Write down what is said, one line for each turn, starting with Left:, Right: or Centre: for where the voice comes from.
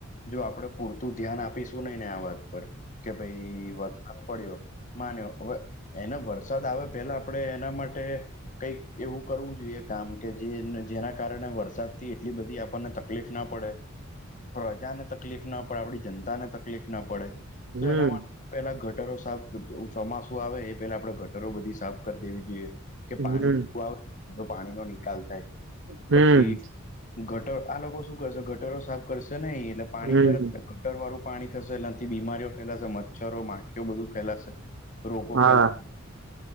Left: જો આપડે પૂરતું ધ્યાન આપીશું નહી ને આ વાત પર, કે ભાઈ <inaudible> <inaudible> પડ્યો માન્યો હવે એને વરસાદ આવે પેલા આપણેે એના માટે, કઈક એવું કરવું જોઈએ કામ કે જે જેના કારણે વરસાદ થી એટલી બધી આપણને તકલીફ ના પડે પ્રજાને તકલીફ ના પડે આપડી જનતા ને તકલીફ ના પડે
Right: હમ
Left: તો એના માટે, પેલાગટરો સાફ ચોમાસું આવે એ પેલા આપણેે ગટરો બધી સાફ કરી દેવી જોઈએ, કે
Right: હમ
Left: પાણી જેવું આવે તો પાણી નો નિકાલ થાય,
Right: હમ
Left: પછી ગટરો આ શું ગટરો સાફ કરશે નને એટલે પાણી
Right: હમ
Left: ભરા ગટર વાળું પાણી થશે એનાથી બીમારીઓ ફેલાશે મચ્છરો માખીઓ બધું ફેલાશે રોગો
Right: હા
Left: ફેલા